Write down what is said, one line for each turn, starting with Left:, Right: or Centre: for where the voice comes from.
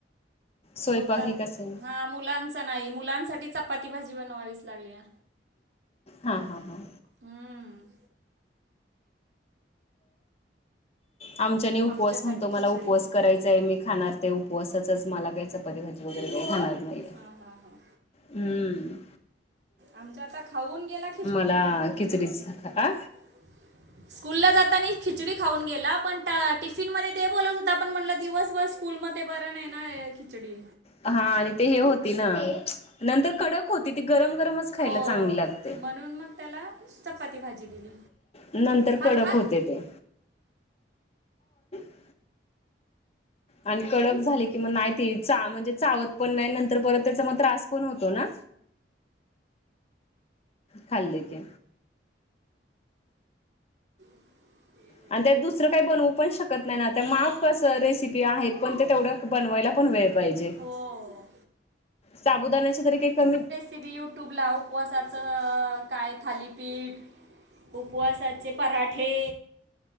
Left: स्वयंपाक
Right: फक्त आ
Left: हे कसे
Right: मुलांच नाही मुलांसाठी चपाती भाजी बनवावीच लागल्या.
Left: हा हा हा.
Right: हम्म.
Left: आमच्याने उपवास
Right: आमच्यासाठी
Left: म्हणतो. मला
Right: खिचडी
Left: उपवास करायचाय मी कर खाणार ते उपवासाच मला काही चपाती भाजी वगैरे काही खाणार. नाहीये
Right: हा हा हा.
Left: हम्म
Right: आमच्या आता खाऊन गेला.
Left: मला खिचडीच आ.
Right: <inaudible> स्कूल ला जाताना खिचडी खाऊन गेला. पण टिफिन मध्ये ते बोलत होता पण म्हणलं दिवसभर. स्कूल मध्ये बरं नाही ना खिचडी.
Left: हा आणि ते हे होती ना नंतर कडक होती. ती गरम गरमच खायला
Right: हो
Left: चांगली लागते.
Right: म्हणून मग त्याला. चपाती भाजी दिली
Left: नंतर
Right: हात
Left: कडक
Right: हात
Left: होते ते. <inaudible> आणि कडक झाली कि मग नाही ती म्हणजे चावत पण नाही नंतर परत त्याचा मग त्रास. पण होतो ना खालं की.
Right: <inaudible>
Left: आणि त्यात दुसरं काही बनवू पण शकत नाही ना त्या माप रेसिपी आहेत. पण तेवढ बनवायला पण वेळ. पाहिजे.
Right: हो
Left: साबुदाण्याचे तरी काही कमी.
Right: ते बी युट्यूबला उपवासाचं काय थालीपीठ उपवासा चे पराठे